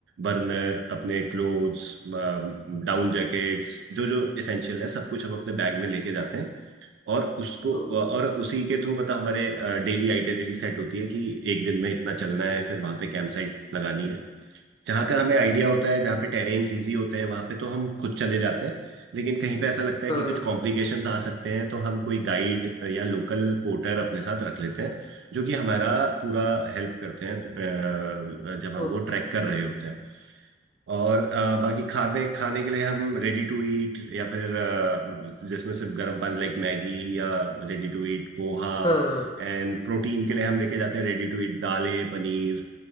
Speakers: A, on the right (about 80°); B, on the left (about 25°).
A: burner अपने क्लोथ्स डाउन जैकेट्स जो जो इसेंशियल है सब कुछ हम अपने बैग में लेके जाते हैं और उसको
B: ओके
A: और उसी के थ्रू पता हमारे डेली आइटनरी सेट होती है कि एक दिन में इतना चलना है फिर वहां पे कैंप साइट लगानी है जहाँ का हमें आइडिया होता है जहाँ पे टेरेन्स इजी होते हैं वहां पे तो हम खुद चले जाते हैं लेकिन कहीं पे ऐसा लगता है
B: हाँ
A: कि कुछ कॉम्प्लिकेशंस आ सकते हैं तो हम कोई गाइड या लोकल पोर्टर अपने साथ रख लेते हैं जो कि हमारा पूरा हेल्प करते हैं अ, जब हम
B: ओके
A: वो ट्रैक कर रहे होते हैं और अ, बाकी खाने खाने के लिए हम रेडी टू ईट या फिर अ, जिसमें सिर्फ गर्म पानी लाइक मैगी या ready to eat poha
B: हाँ
A: And protein के लिए हम लेके जाते हैं रेडी टू ईट दालें पनीर